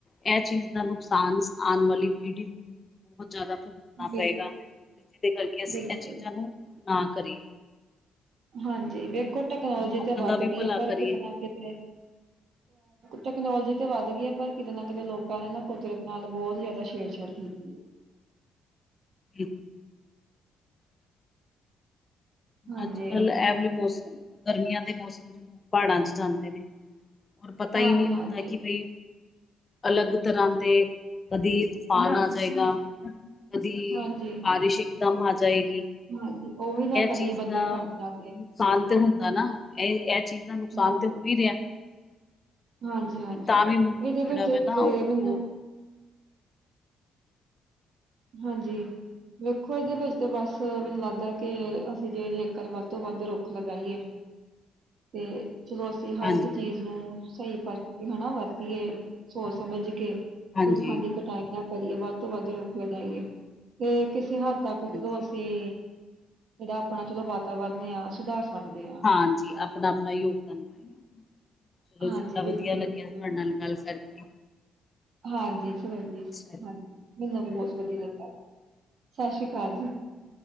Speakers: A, on the left; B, on the right.
A: ਇਹ ਚੀਜ਼ ਦਾ ਨੁਕਸਾਨ ਆਉਣ ਵਾਲੀ ਪੀੜ੍ਹੀ ਨੂੰ ਬਹੁਤ ਜ਼ਿਆਦਾ ਭੁਗਤ ਨਾ
B: ਬਿਲ
A: ਪਏਗਾ। ਤੇ ਜਿਹਦੇ ਕਰਕੇ ਅਸੀਂ
B: ਬਿਲਕੁਲ
A: ਇਹ ਚੀਜ਼ਾਂ ਨੂੰ ਨਾ ਕਰੀਏ।
B: ਹਾਂਜੀ ਵੇਖੋ ਟੈਕਨੋਲੋਜੀ
A: ਲੋਕਾਂ
B: ਤਾਂ
A: ਦਾ
B: ਵੱਧ
A: ਵੀ
B: ਗਈ
A: ਭਲਾ
B: ਹੈ ਪਰ
A: ਕਰੀਏ
B: ਕਿਤੇ ਨਾ ਕਿਤੇ ਟੈਕਨੋਲੋਜੀ ਤਾਂ ਵੱਧ ਗਈ ਹੈ ਪਰ ਕਿਤੇ ਨਾ ਕਿਤੇ ਲੋਕਾਂ ਨੇ ਨਾ ਕੁਦਰਤ ਨਾਲ ਬਹੁਤ ਜ਼ਿਆਦਾ ਛੇੜਛਾੜ ਕੀਤੀ। ਹੈ।
A: ਬਿਲਕੁਲ।
B: ਹਾਂਜੀ।
A: ਅੱਜ ਕੱਲ੍ਹ ਇਹ ਵਾਲੇ ਮੌਸਮ ਗਰਮੀਆਂ ਦੇ ਮੌਸਮ ਵਿੱਚ ਲੋਕ ਪਹਾੜਾਂ ਚ ਜਾਂਦੇ ਨੇ। ਪਤਾ
B: ਹਾਂਜੀ,
A: ਹੀ ਨਹੀਂ ਹੁੰਦਾ
B: ਹਾਂਜੀ,
A: ਕਿ ਭਾਈ ਅਲੱਗ ਤਰ੍ਹਾਂ ਦੇ, ਕਦੀ ਤੂਫਾਨ ਆ ਜਾਏਗਾ। ਕਦੀ,
B: ਹਾਂਜੀ,
A: ਬਾਰਿਸ਼ ਇਕਦਮ ਆ ਜਾਏਗੀ।
B: ਹਾਂਜੀ। ਉਹ ਵੀ ਨਾ
A: ਇਹ
B: ਕਦੇ
A: ਚੀਜ਼
B: ਬੱਦਲ
A: ਦਾ
B: ਫੱਟ ਜਾਂਦੇ।
A: ਨੁਕਸਾਨ ਤੇ ਹੁੰਦਾ ਨਾ। ਇਹ ਇਹ ਚੀਜ਼ ਦਾ ਨੁਕਸਾਨ
B: ਹਾਂਜੀ,
A: ਤੇ ਹੋ ਹੀ ਰਿਹਾ।
B: ਹਾਂਜੀ, ਹਾਂਜੀ
A: ਪਰ ਤਾਂ
B: ਇਹਦੇ
A: ਵੀ ਮੁਨਕ ਜਿਹੜਾ
B: ਵਿੱਚ
A: ਵਾ ਨਾ
B: ਤੇ
A: ਉਹ
B: ਮੈਨੂੰ ਹਾਂਜੀ। ਵੇਖੋ ਇਹਦੇ ਵਿੱਚ ਤੇ ਬਸ, ਮੈਨੂੰ ਲੱਗਦਾ ਕਿ ਅਸੀਂ ਜੇ ਜੇਕਰ ਵੱਧ ਤੋਂ ਵੱਧ ਰੁੱਖ ਲਗਾਈਏ।
A: <inaudible>
B: ਤੇ ਚਲੋ, ਅਸੀਂ ਹਰ
A: ਹਾਂਜੀ
B: ਇੱਕ ਚੀਜ਼
A: ਹਾਂਜੀ
B: ਨੂੰ ਸਹੀ ਪਰਖ ਕੇ ਹਨਾ ਵਰਤੀਏ। ਸੋਚ- ਸਮਝ ਕੇ
A: ਹਾਂਜੀ
B: ਰੁੱਖਾਂ ਦੀ ਕਟਾਈ ਨਾ ਕਰੀਏ ਵੱਧ ਤੋਂ ਵੱਧ ਰੁੱਖ ਲਗਾਈਏ। ਤੇ ਕਿਸੇ ਹੱਦ ਤੱਕ ਚਲੋ
A: ਹਾਂਜੀ
B: ਅਸੀਂ, ਜਿੜਾ ਆਪਣਾ ਚਲੋ ਵਾਤਾਵਰਨ ਆ ਸੁਧਾਰ ਸਕਦੇ ਹਾਂ
A: ਹਾਂਜੀ। ਆਪਣਾ- ਆਪਣਾ ਯੋਗਦਾਨ ਪਾਈਏ। ਚਲੋ
B: ਹਾਂਜੀ
A: ਜੀ ਬੜਾ
B: ਬਿਲਕੁਲ
A: ਵਧੀਆ ਲੱਗਿਆ।
B: ਬਿਲਕੁਲ
A: ਤੁਹਾਡੇ
B: ਜੀ।
A: ਨਾਲ ਗੱਲ ਕਰਕੇ।
B: ਹਾਂਜੀ। ਸੁਣਾੋ ਜੀ,
A: ਛਾ।
B: ਮੈਨੂੰ ਵੀ ਬਹੁਤ ਵਧੀਆ ਲਗਾ। ਸਤਿ ਸ੍ਰੀ ਅਕਾਲ ਜੀ।